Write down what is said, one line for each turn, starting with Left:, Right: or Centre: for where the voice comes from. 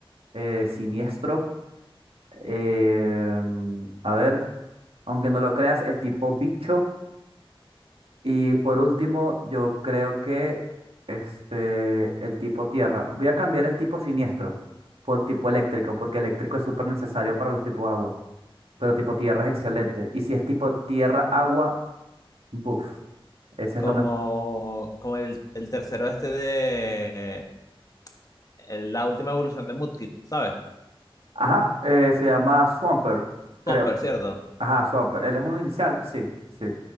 Right: eh, siniestro. em, a ver, aunque no lo creas, el tipo bicho. Y por último, yo creo que este, el tipo tierra. Voy a cambiar el tipo siniestro por tipo eléctrico, porque eléctrico es súper necesario para los tipos agua. Pero tipo tierra es excelente. Y si es tipo tierra, agua, buff. Ese
Left: Como,
Right: es lo mejor.
Left: como el, el tercero este de el- la última evolución de Mudkip, ¿sabes?
Right: Ajá, eh, se llama Swamper, creo.
Left: Swampert, ¿cierto?
Right: Ajá, Swamper. ¿Él es un inicial? Sí, sí.